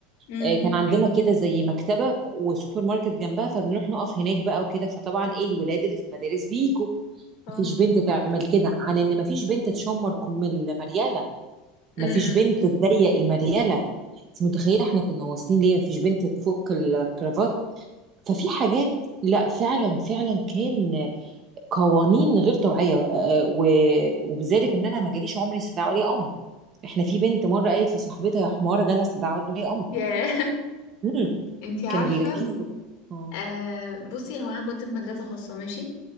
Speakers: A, on the left; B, on the right.
A: امم
B: آه، كان عندنا كده زي مكتبة وسوبر ماركت جنبها فبنروح نقف هناك بقى وكده فطبعا ايه الولاد اللي في المدارس بيجوا
A: اه
B: مفيش بنت تعمل كده عن ان مفيش بنت تشمر كم المريالة
A: امم
B: مفيش بنت تضيق المريالة انت متخيلة احنا كنا واصلين ليه مفيش بنت تفك الكرافات ففي حاجات لا فعلا فعلا كان قوانين غير طبيعية آه، آه، و- وبذلك ان انا ما جاليش عمري استدعاء ولي امر احنا في بنت مرة قالت لصاحبتها يا حمارة جالها استدعاء ولي
A: ياه
B: امر
A: <laughs> انتي عارفة
B: كانوا بيركزوا اه
A: آه بصي هو انا كنت في مدرسه خاصه ماشي